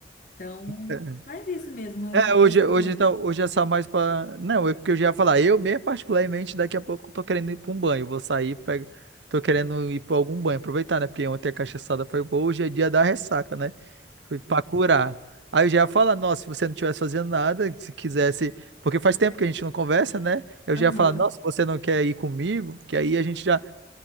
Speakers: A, on the left (about 45°); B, on the right (about 75°).
A: Então,
B: É,
A: faz isso mesmo, esse,
B: é,
A: é
B: hoje,
A: esse é o
B: hoje
A: plano.
B: então, hoje é só mais pra. Não, é porque eu já ia falar. Eu mesmo, particularmente, daqui a pouco eu tô querendo ir pra um banho. Vou sair, pra... tô querendo ir pra algum banho, aproveitar, né? Porque ontem a cachaçada foi boa, hoje é dia da ressaca, né? Foi Pra curar. Aí eu já ia falar, nossa, se você não estivesse fazendo nada, se quisesse, porque faz tempo que a gente não conversa, né? Eu já
A: Aham.
B: ia falar, nossa, você não quer ir comigo? Que aí a gente já